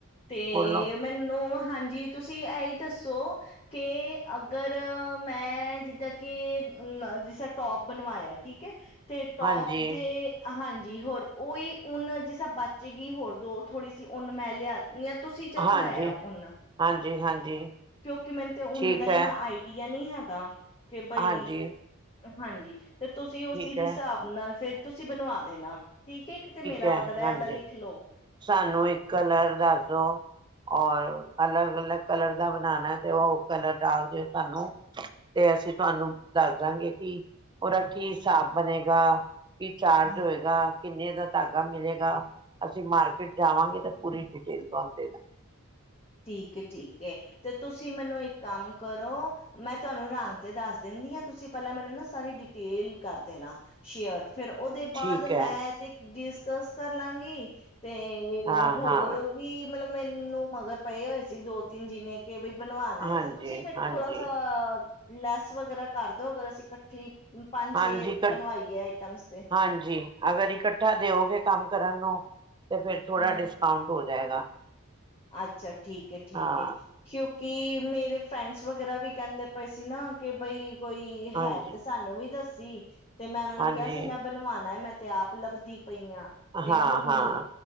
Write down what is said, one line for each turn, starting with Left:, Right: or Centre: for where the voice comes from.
Left: ਤੇ
Right: ਬੋਲੋ
Left: ਮੈਨੂੰ ਹਾਂਜੀ ਤੁਸੀਂ ਇਹੀ ਦੱਸੋ ਕਿ ਅਗਰ ਮੈਂ ਜਿੱਦਾਂ ਕਿ ਅ ਜਿਸ ਟੋਪ ਬਣਵਾਇਆ ਠੀਕ ਹੈ। ਤੇ ਟੋਪ
Right: ਹਾਂਜੀ
Left: ਦੇ ਹਾਂਜੀ। ਜੀ, ਹੋਰ ਉਹੀ ਉਨ ਜਿਸ ਬਚੇਗੀ ਹੋਰ ਦੋ ਥੋੜੀ ਸੀ। ਉਨ ਮੈਂ ਲਿਆ ਜਾਂ, ਤੁਸੀਂ ਚਲੋ
Right: ਹਾਂਜੀ
Left: ਲੈ ਆ ਓਨਾ
Right: ਹਾਂਜੀ ਹਾਂਜੀ
Left: ਕਿਉਂਕਿ ਮੈਨੂੰ ਤੇ
Right: ਠੀਕ
Left: ਨਾ ਦਾ ਹੀ
Right: ਹੈ
Left: ਨਾ ਆਈਡੀਆ ਨਹੀਂ ਹੈਗਾ ਕਿ ਬਈ
Right: ਹਾਂਜੀ
Left: ਹਾਂਜੀ, ਤੇ ਤੁਸੀਂ ਉਸ
Right: ਠੀਕ
Left: ਹਿਸਾਬ
Right: ਹੈ
Left: ਨਾਲ ਨਾਲ ਫੇਰ ਤੁਸੀਂ ਬਣਵਾ ਦੇਣਾ। ਠੀਕ ਏ ਇੱਕ ਤੇ ਮੇਰਾ
Right: ਹੈ
Left: ਔਡਰ ਹੈਲਾ
Right: ਹਾਂਜੀ
Left: ਲਿਖ ਲੋਓ
Right: ਸਾਨੂੰ ਇੱਕ ਕਲਰ ਦੱਸੋ ਔਰ ਅਲੱਗ ਅਲੱਗ ਕਲਰ ਦਾ ਬਣਾਉਣਾ ਤੇ ਉਹ ਕਲਰ ਡਾਲ ਦਿਓ, ਸਾਨੂੰ ਤੇ ਅਸੀਂ ਤੁਹਾਨੂੰ ਦੱਸ ਦਾਂਗੇ ਕਿ ਉਹਦਾ ਕੀ ਹਿਸਾਬ ਬਣੇਗਾ ਕੀ ਚਾਰਜ
Left: ਅ
Right: ਹੋਏਗਾ। ਕਿੰਨੇ ਦਾ ਧਾਗਾ ਮਿਲੇਗਾ। ਅਸੀਂ ਮਾਰਕੀਟ ਜਾਵਾਂਗੇ ਤਾਂ ਪੂਰੀ ਡਿਟੇਲ ਤੁਹਾਨੂੰ ਦੇ ਦਾਂਗੇ
Left: ਠੀਕ, ਠੀਕ ਤੇ ਤੁਸੀਂ ਮੈਨੂੰ ਇੱਕ ਕੰਮ ਕਰੋ, ਮੈਂ ਤੁਹਾਨੂੰ ਰੰਗ ਤੇ ਦੱਸ ਦਿੰਦੀਆਂ ਤੁਸੀਂ ਪਹਿਲਾਂ ਮੈਨੂੰ ਨਾ ਸਾਰੀ ਡਿਟੇਲ ਕਰ ਦੇਣਾ ਸ਼ੇਅਰ ਫਿਰ ਉਹਦੇ ਬਾਅਦ
Right: ਠੀਕ
Left: ਮੈਂ
Right: ਹੈ
Left: ਤੇ ਇੱਕ ਡਿਸ ਦਸ ਕਰ ਲਾਂਗੀ ਤੇ
Right: ਹਾਂ
Left: ਹੋਰ
Right: ਹਾਂ
Left: ਵੀ ਮਤਲਬ ਮੈਨੂੰ ਮਗਰ ਸੀ ਦੋ, ਤਿੰਨ ਜਿਨੇ ਕਿ ਬ ਬਣਵਾਣਾ
Right: ਹਾਂਜੀ
Left: ਹੈ। ਤੇ ਤੁਸੀਂ ਫਿਰ
Right: ਹਾਂਜੀ
Left: ਥੋੜਾ ਸ ਲੈਸ ਵਗੈਰਾ ਕਰਦੋ ਅਗਰ ਅਸੀਂ ਇਕੱਠੀ ਪੰਜ
Right: ਹਾਂਜੀ
Left: ਛੇ ਬਣਵਾਈਏ ਆਈਟਮਸ ਤੇ
Right: ਹਾਂਜੀ ਅਗਰ ਇਕੱਠਾ ਦਿਓਗੇ, ਕੰਮ ਕਰਨ ਨੂੰ ਤੇ ਫਿਰ ਥੋੜਾ
Left: ਹਮ
Right: ਡਿਸਕਾਊਂਟ ਹੋ ਜਾਏਗਾ।
Left: ਅੱਛਾ ਠੀਕ ਹੈ, ਠੀਕ
Right: ਹਾਂ
Left: ਹੈ ਕਿਉਂਕਿ ਮੇ ਮਰੇ ਫਰੈਂਡਸ ਵਗੈਰਾ ਵੀ ਕਹਿੰਦੇ ਪਏ ਸੀ। ਨਾ ਕਿ ਬਈ ਕੋਈ
Right: ਹਾਂਜੀ
Left: ਹੈ, ਤੇ ਸਾਨੂੰ ਵੀ ਦੱਸ ਜੀ ਤੇ, ਮੈਂ ਉਹਨਾਂ ਨੂੰ
Right: ਹਾਂਜੀ
Left: ਕਿਹਾ ਸੀ। ਮੈਂ ਬਣਵਾਉਣਾ ਮੈਂ ਤੇ ਆਪ ਲੱਬ ਦੀ ਪਈਆਂ ਤੇ
Right: ਹਾਂ
Left: ਮੈਨੂੰ ਮਿਲ
Right: ਹਾਂ